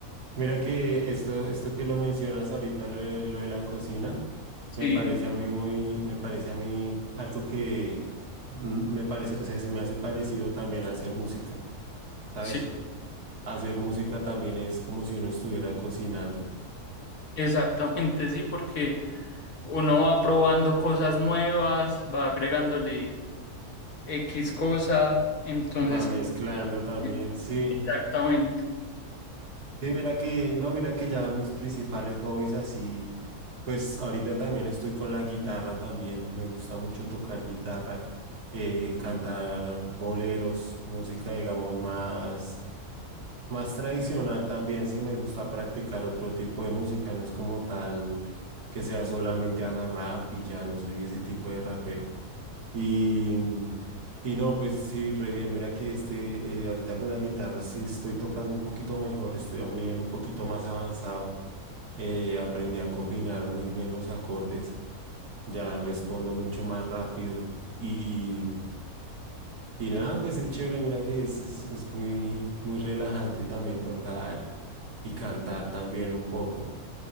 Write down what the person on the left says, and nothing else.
Sí,
sí,
<laughs> exactamente, sí, porque uno va probando cosas nuevas, va agregándole X cosa, entonces,
sí,
exactamente.